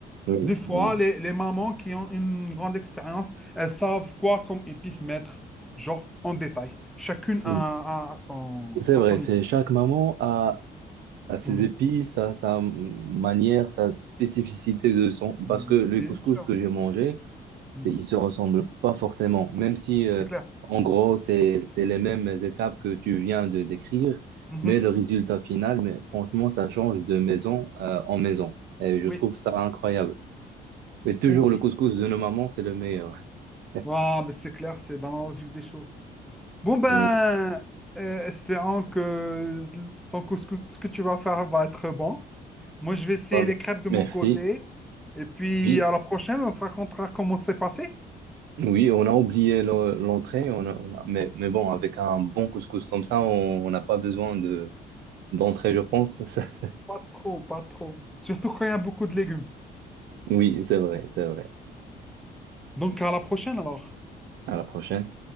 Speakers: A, on the right (about 75°); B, in the centre.
A: Oui,
B: Des fois,
A: oui,
B: les, les mamans qui ont une grande expérience, elles savent quoi comme épices mettre, genre en détail. Chacune
A: oui.
B: a, a- a son,
A: C'est
B: à
A: vrai,
B: son
A: c'est
B: niveau.
A: chaque maman a à ses
B: Mhm.
A: épices, à sa manière, sa spécificité de son...
B: Mhm.
A: Parce que le
B: Bien
A: couscous
B: sûr,
A: que j'ai mangé,
B: Mhm.
A: il se ressemble pas forcément. Même si, euh,
B: C'est clair.
A: en gros, c'est, c'est les mêmes étapes que tu viens de décrire,
B: Mhm.
A: mais le résultat final, mais franchement, ça change de maison, euh, en maison. Et je
B: Oui,
A: trouve ça incroyable. Et toujours
B: oui.
A: le
B: oui.
A: couscous de nos mamans, c'est le meilleur. <laughs>
B: Ah, mais c'est clair, c'est dans la logique des choses. Bon ben,
A: Ouais.
B: euh, espérons que donc, ce que, ce que tu vas faire va être bon. Moi, je vais essayer
A: Bon,
B: les crêpes de
A: merci.
B: mon côté. Et puis,
A: Oui.
B: à la prochaine, on se racontera comment c'est passé.
A: Oui, on a oublié le- l'entrée, on a- on a- mais, mais bon, avec un bon couscous comme ça, on on n'a pas besoin de d'entrée, je pense. <laughs>
B: Pas trop, pas trop. Surtout quand il y a beaucoup de légumes.
A: Oui, c'est vrai, c'est vrai.
B: Donc, à la prochaine alors.
A: À la prochaine.